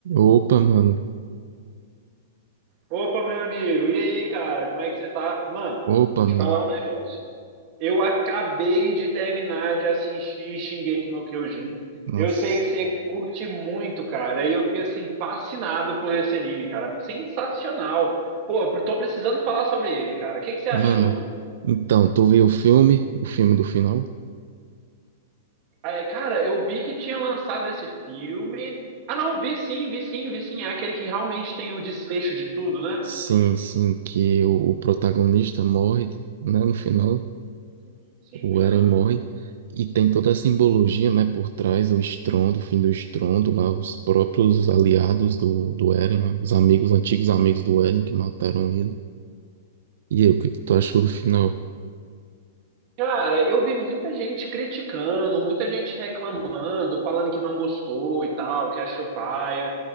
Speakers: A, on the right; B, on the right.
A: Opa, mano.
B: Opa, meu amigo, e aí, cara, como é que você tá? Mano,
A: Opa,
B: te
A: mano.
B: falar um negócio. Eu acabei de terminar de assistir Shingeki no Kyojin.
A: Nossa.
B: Eu sei que você curte muito, cara, e eu fiquei assim fascinado por esse anime, cara. Sensacional. Pô, eu tô precisando falar sobre ele, cara. O que que você
A: Mano,
B: achou, mano?
A: então, tu viu o filme? O filme do final?
B: Ah, é, cara, eu vi que tinha lançado esse filme. Ah, não, vi sim, vi sim, vi sim. É aquele que realmente tem o desfecho de tudo, né?
A: Sim, sim, que o, o protagonista morre, né? No final,
B: Sim, sim,
A: o Eren
B: aham.
A: morre. E tem toda a simbologia, né, por trás, o estrondo, o fim do estrondo, lá, os próprios aliados do, do Eren, né? Os amigos, antigos amigos do Eren que mataram ele. E aí, o que que tu achou do final?
B: Cara, eu vi muita gente criticando, muita gente reclamando, falando que não gostou e tal, que achou paia.